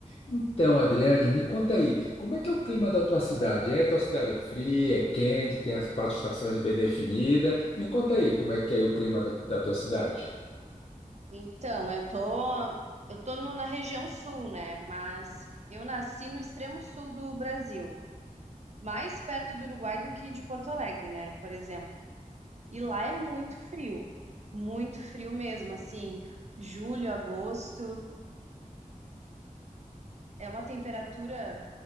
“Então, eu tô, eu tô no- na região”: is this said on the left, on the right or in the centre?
Right